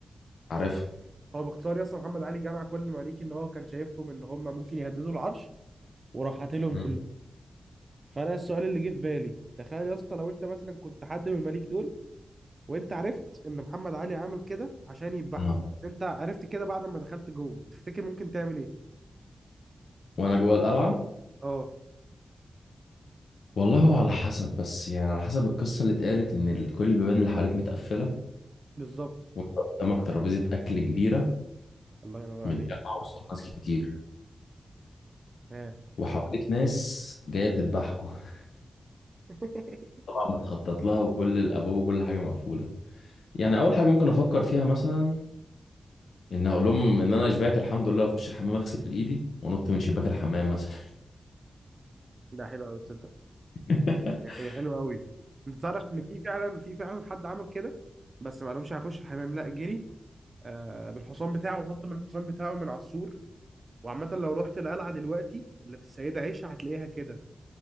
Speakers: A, on the left; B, on the right.
A: عارف
B: هو باختصار يا اسطى محمد علي جمع كل المماليك ان هو كان شايفهم ان هم ممكن يهددوا العرش وراح قاتلهم
A: مم.
B: كلهم فانا السؤال اللي جه في بالي تخيل يا اسطى لو انت مثلا كنت حد من المليك دول وانت عرفت ان محمد علي عامل كده عشان يذبحكم
A: انا
B: بس انت عرفت كده بعد ما دخلت جوه تفتكر ممكن تعمل ايه
A: وانا جوه القلعه
B: اه
A: والله هو على حسب بس يعني على حسب القصه اللي اتقالت ان ال- كل البيبان اللي حواليك متقفله
B: بالظبط
A: وانت قدامك ترابيزه اكل كبيره
B: الله ينور
A: متجمعه
B: عليك
A: وسط ناس كتير
B: ها
A: وحواليك ناس جايه تذبحكوا <laughs>
B: <laughs>
A: طبعا متخطط لها وكل الابواب وكل حاجه مقفوله يعني اول حاجه ممكن افكر فيها مثلا ان اقول لهم ان انا شبعت الحمد لله اخش الحمام اغسل ايدي وانط من شباك الحمام مثلا
B: ده حلو قوي تصدق
A: <laughs>
B: هي حلوه قوي انت تعرف ان في فعلا في فعلا حد عمل كده بس ما قالهمش هخش الحمام لا جري آه بالحصان بتاعه ونط من الحصان بتاعه من على السور وعامه لو رحت القلعه دلوقتي اللي في السيده عيشه هتلاقيها كده